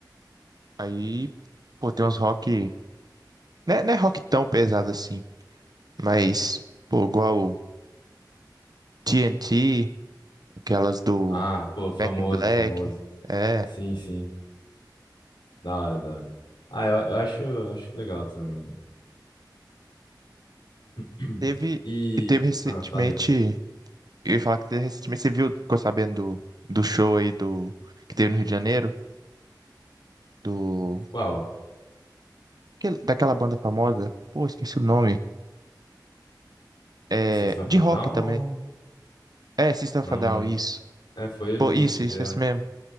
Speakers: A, on the right; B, on the left.
A: Aí, pô, tem uns rock, né, não é rock tão pesado assim, mas, pô, igual o TNT, aquelas do
B: Ah, pô, famoso,
A: Back in Black,
B: famoso.
A: é,
B: Sim, sim. Da hora, da hora. Ah, eu, eu acho, acho legal também. <clears throat>
A: teve,
B: E,
A: e teve recentemente,
B: ah, falei.
A: eu ia falar que teve recentemente, você viu, ficou sabendo do, do show aí do, que teve no Rio de Janeiro, do,
B: Qual?
A: aquele- daquela banda famosa, pô, esqueci o nome. É,
B: System
A: de
B: of a
A: rock
B: Down?
A: também. É, System
B: Não,
A: of a Down,
B: né?
A: isso.
B: É, foi eles
A: Pô,
B: mesmo
A: isso,
B: que vieram.
A: isso, isso mesmo.